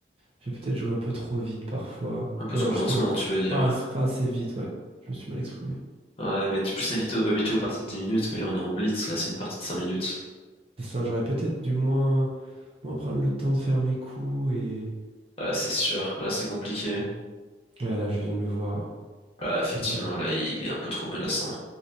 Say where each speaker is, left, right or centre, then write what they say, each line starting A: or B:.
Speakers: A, on the right; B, on the left.
A: J'ai peut-être joué un peu trop vite parfois.
B: Un peu
A: Non,
B: trop
A: justement,
B: lentement, tu veux dire.
A: pas, as- pas assez vite, ouais. Je me suis mal exprimé.
B: Ouais, mais t'es plus habitué, habitué aux parties de 10 minutes, mais là, on est en blitz, là, c'est une partie de 5 minutes.
A: C'est ça, j'aurais peut-être dû moins, moins prendre le temps de faire mes coups et...
B: Ouais, c'est sûr. Là, c'est compliqué.
A: Ah là, je viens de le voir, ouais.
B: Ah, effectivement,
A: Une erreur.
B: là, il est un peu trop menaçant.